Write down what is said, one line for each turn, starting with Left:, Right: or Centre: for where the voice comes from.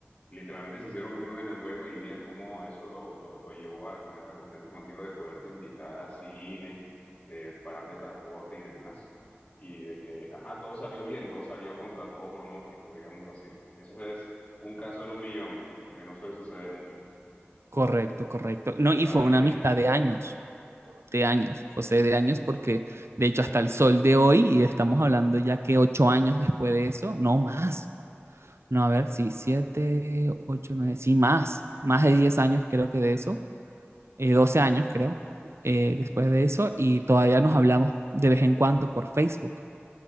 Left: literalmente se hicieron amigos en el juego y mira cómo eso lo, lo, lo llevó a tener la confianza contigo de poderte invitar a cine, de pagarte el transporte y demás. Y de que, ajá, todo salió bien, todo salió contra todo pronóstico, digámoslo así. Eso es un caso en un millón, porque no suele suceder mucho.
Right: Correcto, correcto. No, y
Left: Salió
Right: fue una
Left: bien.
Right: amistad de años. de años, José de años, porque de hecho hasta el sol de hoy, y estamos hablando ya que ocho años después de eso, no más, no, a ver, sí, siete, ocho, nueve, sí, más, más de diez años creo que de eso, eh, doce años creo, eh, después de eso, y todavía nos hablamos de vez en cuando por Facebook.